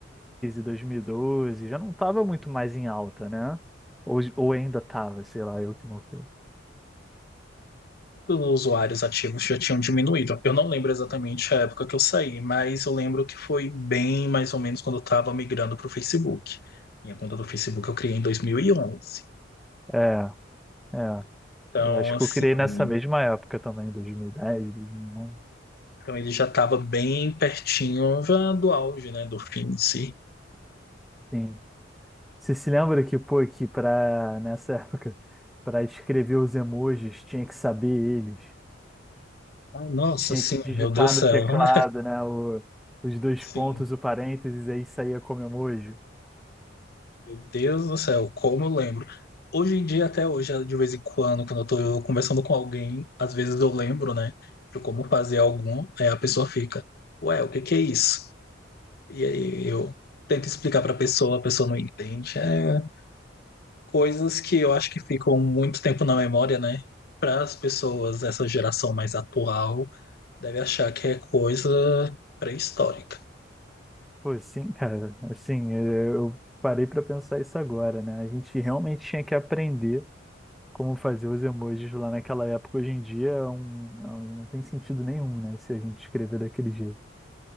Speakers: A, in the centre; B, on the left.
A: 2012, já não tava muito mais em alta, né? Ou, ou ainda tava, sei lá, eu que não sei.
B: Os usuários ativos já tinham diminuído. Eu não lembro exatamente a época que eu saí, mas eu lembro que foi bem mais ou menos quando eu estava migrando para o Facebook. Minha conta do Facebook eu criei em 2011.
A: É, é.
B: Então,
A: Eu acho
B: assim.
A: que eu criei nessa mesma época também, 2010, 2011.
B: Então ele já estava bem pertinho já do auge, né, do fim em si.
A: Sim. Você se lembra que, pô, que pra, nessa época, para escrever os emojis, tinha que saber eles.
B: Ah, nossa,
A: Tinha
B: sim,
A: que digitar
B: meu Deus do
A: no
B: céu,
A: teclado,
B: né?
A: né? o- os dois
B: Sim,
A: pontos, o parênteses, aí saía como emoji.
B: meu Deus do céu, como eu lembro. Hoje em dia, até hoje, de vez em quando, quando eu tô conversando com alguém, às vezes eu lembro, né, de como fazer algum, aí a pessoa fica, ué, o que que é isso? E aí eu tento explicar pra pessoa, a pessoa não entende. É coisas que eu acho que ficam muito tempo na memória, né, para as pessoas, essa geração mais atual Deve achar que é coisa pré-histórica.
A: Pô, sim, cara. Assim, eu eu parei pra pensar isso agora, né? A gente realmente tinha que aprender como fazer os emojis lá naquela época. Hoje em dia é um- é um- não tem sentido nenhum, né? Se a gente escrever daquele jeito.